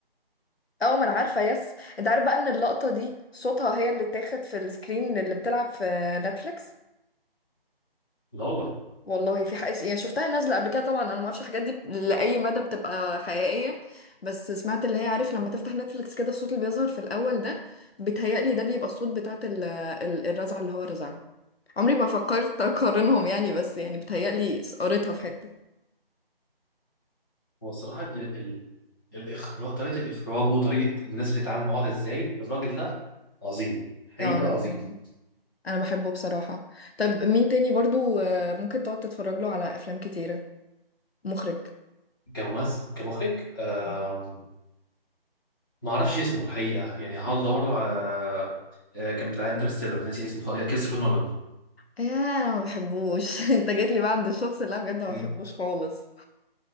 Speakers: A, on the left; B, on the left.
A: اه ما انا عارفة يس انت عارف بقى ان اللقطة دي صوتها هي اللي اتاخد في السكرين اللي بتلعب في نتفليكس
B: لا والله
A: والله في حقيقة يعني شفتها نازلة قبل كده طبعا انا ما اعرفش الحاجات دي لأي مدى بتبقى حقيقية بس سمعت اللي هي عارف لما تفتح نتفليكس كده الصوت اللي بيظهر في الأول ده بيتهيألي ده بيبقى الصوت بتاعت ال- ال- الرزعة اللي هو رزعها عمري ما فكرت أقارنهم يعني بس يعني بيتهيألي قريتها في حتة
B: هو الصراحة ال... ال... الإخراج طريقة إخراجه وطريقة الناس بتتعامل مع بعض إزاي الراجل ده عظيم حقيقة
A: اه انا
B: عظيم
A: بحبه انا بحبه بصراحة طب مين تاني برضو آه، ممكن تقعد تتفرج له على افلام كتيرة مخرج
B: كممثل كمخرج آم...
A: آه.
B: ما أعرفش اسمه الحقيقة يعني هقعد أدور له على آه، كان بتاع انترستيلر ناسي اسمه خ- آه، كريستوفر نولان
A: يا انا ما بحبوش <laughs> انت جيت لي بقى عند الشخص اللي انا بجد ما
B: مين؟
A: بحبوش خالص